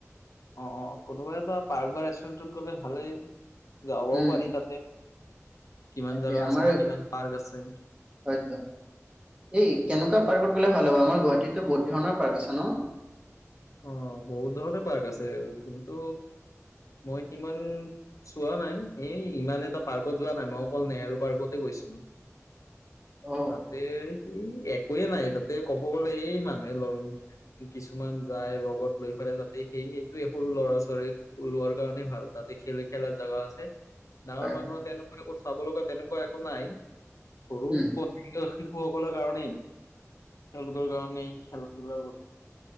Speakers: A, on the left; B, on the right.
A: অ অ কোনোবা এটা পাৰ্ক বা ৰেষ্টুৰেণ্টত গ'লে ভালেই যাবও
B: উম
A: পাৰি তাতে কিমান
B: তাকে
A: জাগা
B: আমাৰ
A: আছে ন,
B: হয়তো
A: কিমান পাৰ্ক আছে।
B: এই কেনেকুৱা পাৰ্কত গ'লে ভাল হ'ব আমাৰ গুৱাহাটীতো বহুত ধৰণৰ পাৰ্ক আছে ন
A: অ বহুত ধৰণে পাৰ্ক আছে কিন্তু মই সিমান চোৱা নাই এই ইমান এটা পাৰ্কত যোৱা নাই মই অকল নেহৰু পাৰ্কতে গৈছো
B: অ
A: তাতে সেই এক কয়ে নাই তাতে ক'ব গ'লে এই মানুহে লৰ কিছুমান যাই লগত লৈ ফালে তাতে সেই সেইটোৱে সৰু ল'ৰা ছোৱালীক লোৱাৰ কাৰণে ভাল তাতে খেল খেলাত য লোৱা আছে গাওঁৰ
B: হয়
A: মানুহে
B: হয়
A: তেনেকুৱা একো চাব লগা তেনেকুৱা একো নাই সৰু
B: উম।
A: শিশুসকলৰ কাৰণেই তেওঁলোকৰ কাৰণেই খেলা ধূলাৰ বস্তু